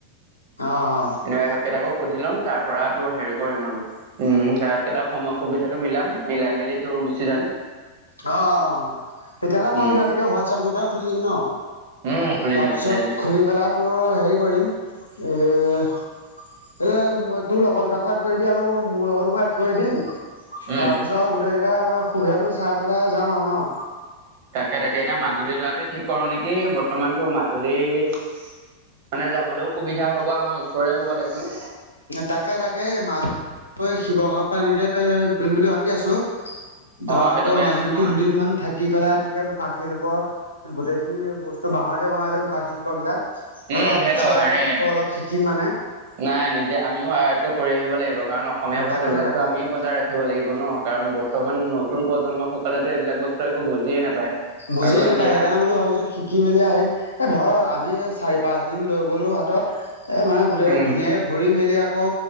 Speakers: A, on the left; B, on the right.
A: অঁ অঁ।
B: এনে ইহঁতকেইটাকো সুধি ল'ম তাৰ পৰা তোৰ হেৰি কৰিম আৰু- উম' তেঁহকেইটা সময় সুবিধাটো মিলাম, মিলাই মেলি তোৰ গুচি যাম।
A: অঁ অঁ, তেতিয়াহ'লে মই
B: উম
A: আজি ৰাতিকে হোৱাটছেপ গ্ৰুপ এটা খুলি দিম ন।
B: উম খুলি
A: তাপিছত
B: দিবি দিবি
A: খুলি পেলাই তোৰ হেৰি কৰিম? এএ- এলে তোৰ লগৰ দুটাকো এড কৰিবি আৰু মোৰ লগৰ টোকো এড কৰি দিম।
B: উম
A: তাৰ পিছত গোতেইগিটা সুবিধাটো চাই পেলাই যাম আৰু ন।
B: তাকে তাকে, এতিয়া মাজুলী যোৱাটোৱে ঠিক কৰো নেকি? বৰ্তমানটো মাজুলী- মানে যাবলৈও সুবিধা হ'ব আমাৰ ওচৰে হ'ব দেচোন।
A: তাকে তাকে, মাজ শিৱসাগৰ এনেকে ঘূৰিম বুলি ভাবি আছো। ধৰা
B: অ সেইটো
A: আকৌ
B: বেয়া
A: মাজুলীটো
B: নহয়
A: দুদিনমান থাক- কি পেলাই এনেকে মুখা শিল্প গোটেইখিনি বস্তু বাঁহৰ যে বনাই যে মুখা শিল্প বিলাক।
B: উম
A: অলপ
B: সেইটো
A: চাম
B: হেৰি
A: আকৌ অলপ শিকিম মানে।
B: নাই নিজে আমিও সহায়টো কৰি আহিব লাগিব। কাৰণ অসমীয়া বস্তুবিলাকটো
A: তাকেতো তাকে
B: আমিয়ে বজাই ৰাখিব লাগিব ন। কাৰণ বৰ্তমান নতুন প্ৰজন্ম সকলেতো এইবিলাক বস্ত একো বুজিয়ে নাপায়।
A: বুজিয়ে
B: আৰু
A: নাপায়,
B: এতিয়া
A: সেইকাৰণে বুলি ভাবিছো শি থাকি মেলি আহিম, এ ধৰ আমি চাৰি-পাঁচ দিন লৈ গ'লো হাতত এ মানে গোটেই
B: উম
A: ধুনীয়াকে ঘূৰি মেলি আকৌ